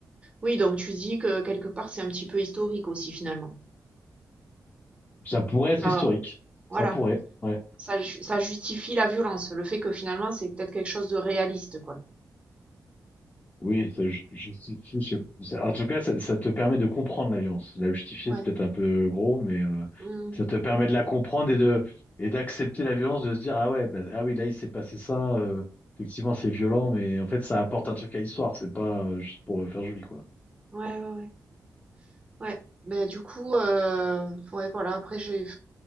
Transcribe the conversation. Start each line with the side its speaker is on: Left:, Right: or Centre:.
Right: Oui, donc tu dis que quelque part, c'est un petit peu historique aussi, finalement.
Left: Ça pourrait être
Right: Ça,
Left: historique.
Right: euh, voilà,
Left: Ça pourrait. ouais.
Right: ça, ju- ça justifie la violence, le fait que finalement, c'est peut-être quelque chose de réaliste, quoi.
Left: Oui, ça ju- justifie, je sais pas. Ça- En tout cas, ça, ça te permet de comprendre la violence. La justifier,
Right: Ouais.
Left: c'est peut-être un peu gros, mais euh,
Right: Hmm.
Left: ça te permet de la comprendre et de et d'accepter la violence, de se dire, ah ouais, bah, ah oui, là, il s'est passé ça. euh, effectivement, c'est violent, mais en fait, ça apporte un truc à l'histoire. C'est pas euh, juste pour faire joli, quoi.
Right: Ouais, ouais, ouais. Ouais. Mais du coup, euh, ouais, voilà, après, j'ai...